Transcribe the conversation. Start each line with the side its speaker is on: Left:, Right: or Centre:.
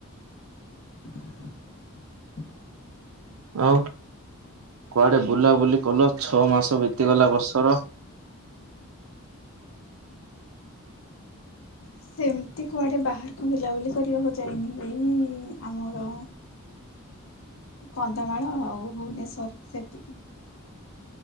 Left: <inaudible>
Right: ଆଉ। କୁଆଡେ ବୁଲାବୁଲି କଲ ଛଅ ମାସ ବିତିଗଲା ବର୍ଷର।
Left: ସେମିତି କୁଆଡେ ବାହାରକୁ ବୁଲାବୁଲି କରିବାକୁ ଯାଇନି। ଏଇ ଆମର କନ୍ଧମାଳ ଆଉ ଭୁବନେଶ୍ଵର ସେତିକି।